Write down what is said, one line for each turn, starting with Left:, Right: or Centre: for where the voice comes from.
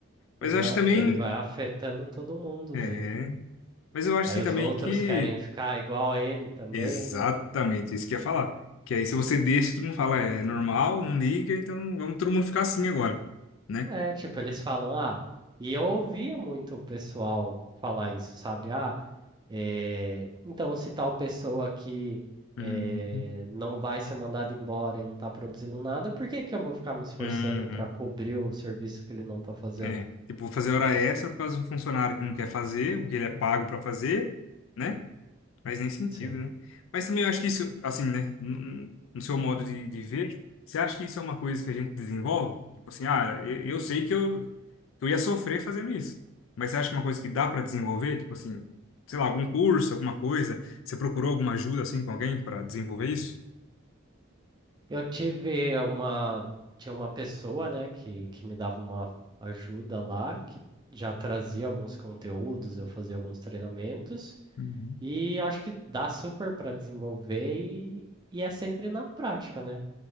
Left: Mas
Right: exato.
Left: eu acho também,
Right: Ele vai afetando todo mundo
Left: é,
Right: daí, né?
Left: mas eu acho
Right: Aí
Left: assim
Right: os
Left: também
Right: outros
Left: que
Right: querem ficar igual a ele também,
Left: Exatamente,
Right: né?
Left: isso que eu ia falar. Que aí se você deixa, todo mundo fala, é é normal, não liga, então vamos todo mundo ficar assim agora, né?
Right: É, tipo, eles falam, ah, e eu ouvia muito o pessoal falar isso, sabe? Ah, Eh, então, se tal pessoa aqui
Left: Uhum.
Right: eh, não vai ser mandada embora e não está produzindo nada, por que que eu vou ficar me esforçando
Left: Uhum.
Right: para cobrir o serviço que ele não está fazendo?
Left: É, tipo, vou fazer hora extra por causa de um funcionário que não quer fazer, o que ele é pago pra fazer, né? Faz nem sentido,
Right: Sim.
Left: né? Mas também eu acho que isso, assim, né? No, no seu modo de, de ver, você acha que isso é uma coisa que a gente desenvolve? Tipo assim, ah, eu, eu sei que eu, que eu ia sofrer fazendo isso. Mas você acha que é uma coisa que dá pra desenvolver? Tipo assim, sei lá, algum curso, alguma coisa? Você procurou alguma ajuda, assim, com alguém pra desenvolver isso?
Right: Eu tive uma, tinha uma pessoa, né, que, que me dava uma ajuda lá, que já trazia alguns conteúdos, eu fazia alguns treinamentos,
Left: Uhum.
Right: e acho que dá super para desenvolver e, e é sempre na prática, né?